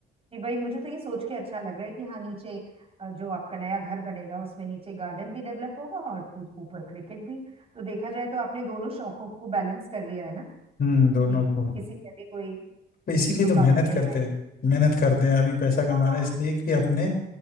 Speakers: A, on the right (about 30°); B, on the left (about 50°).
A: कि भाई मुझे तो ये सोच के अच्छा लग रहा है कि हाँ नीचे अ, जो आपका नया घर बनेगा उसमें नीचे गार्डन भी डेवलप होगा और पू- ऊपर क्रिकेट भी तो देखा जाए तो आपने दोनों शौकों को बैलेंस कर लिया है ना
B: हम्म दोनों
A: कि
B: को
A: किसी में भी कोई
B: तो इसीलिए
A: रुकावट
B: तो मेहनत
A: नहीं
B: करते
A: आएगी
B: हैं मेहनत करते हैं आदमी पैसा कमा
A: हाँ
B: रहा है इसलिए कि अपने